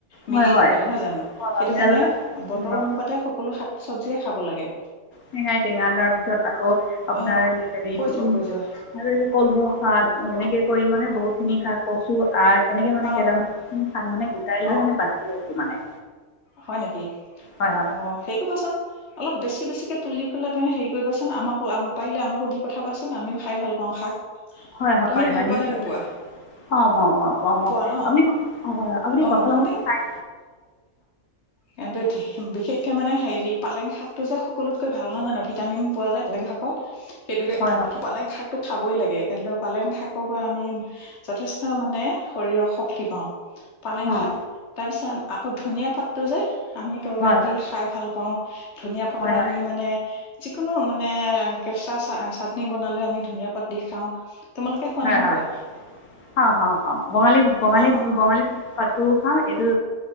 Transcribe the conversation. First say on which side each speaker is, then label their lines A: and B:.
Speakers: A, on the left; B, on the left.
A: মিলি
B: হয় হয় হয় হয়
A: থাকে নহয় জানো
B: হয়,
A: সেইটো
B: ভেদাইলতা
A: কাৰণে বতৰ
B: উম,
A: অনুপাতে সকলো শাক চব্জিয়ে খাব লাগে
B: টেঙাই টেঙা তাৰপিছত আকৌ আপোনাৰ
A: অ
B: হেৰি
A: কৈ
B: উ
A: যোৱা কৈ যোৱা
B: কলমৌ স এনেকে কৰি মানে বহুত শনিশা কচু আছ। তেনেকে মানে
A: অ
B: কেৰম মানে গোটাই লৈ
A: অ
B: মানে বাচি আছে মানে
A: হয় নেকি
B: হয় হয়
A: অ সেই কবাচোন অলপ বেছি বেছিকে? তুলি পেলাই মানে হেৰি কৰিবাচোন আমাকো পাৰিল আমো দি পঠাবাচোন আমিও খাই ভাল পাওঁ শাক।
B: হয় হয়
A: তুমি ভাল
B: হয়
A: পোৱা
B: নিশ্চয়
A: নে নোপোৱা
B: অ বাৰ
A: পোৱা ন
B: আপুনি আপুনি
A: অ
B: কঠাল
A: মই
B: খাই।
A: কিন্তু বিশেষকে মানে হেৰি পালেং শাক টো যে সকলোতকৈ ভাল নহয় জানো ভিটামিন পোৱা যায় বেলেং শাকত সেইটোকেপালেং
B: হয় হয়
A: শাক টো খাবই লাগে কিন্ত পালেং শাকৰ পৰা আমি যথেষ্ট মানে শৰীৰৰ শক্তি পাওঁ। পালেং
B: অঁ
A: শা হ'বক তাৰপিছত আকৌ ধুনীয়া পাত তোৰ যে আমি তৰকাৰী
B: হয় হয়
A: দি খাই ভাল পাওঁ পাওঁ ধুনীয়া পাতৰ
B: হয় হয়
A: আমি মানে যিকোনো মানে কেঁচা চাটনি বনালৈ আমি ধুনীয়া পাত দি খাওঁ তোমালোকে খোৱা
B: হয়
A: নে নোখোৱা
B: হয় খাওঁ খাওঁ বঙালী বঙালী
A: খোৱা ন
B: বঙালীটো অ এটো